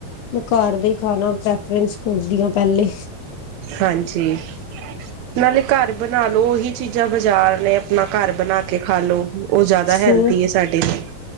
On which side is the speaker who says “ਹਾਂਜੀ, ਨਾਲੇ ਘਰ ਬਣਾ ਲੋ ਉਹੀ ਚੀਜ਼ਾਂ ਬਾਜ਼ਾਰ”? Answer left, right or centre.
Right